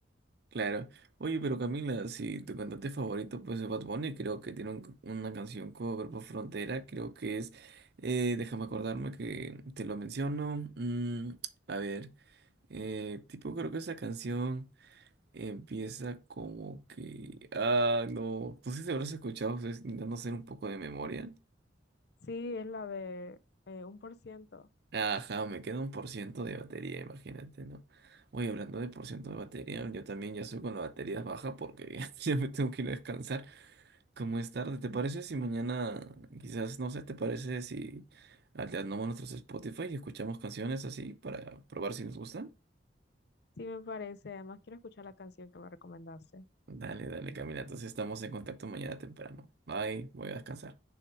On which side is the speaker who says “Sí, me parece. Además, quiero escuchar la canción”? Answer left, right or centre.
Left